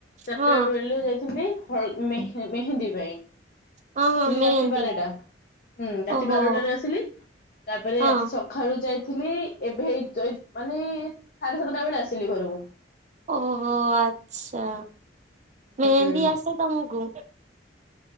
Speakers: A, on the left; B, on the right.
A: ଚାରିଟାବେଳୁ
B: ହଁ
A: ଯାଇଥିଲି। ହଳ ମେହେ-ମେହେନ୍ଦୀ ପାଇଁ
B: ହଁ
A: ଆସିଲି
B: ହଁ ମେହେନ୍ଦୀ
A: ରାତି ବାରଟା। ହୁଁ ରାତି
B: ଓହୋ
A: ବାରଟାରେ ଆସିଲି ତାପରେ
B: ହଁ
A: ଆଜି ସକାଳୁ ଯାଇଥିଲ୍ ଥିଲି ଏବେ ହେଇ ଜୈ ମାନେ ସାଢେ ସାତଟା ବେଳେ ଆସିଲି ଘରକୁ।
B: ଓହୋ ଆଛା।
A: ହୁଁ
B: ମେହେନ୍ଦୀ ଆସ ତମକୁ?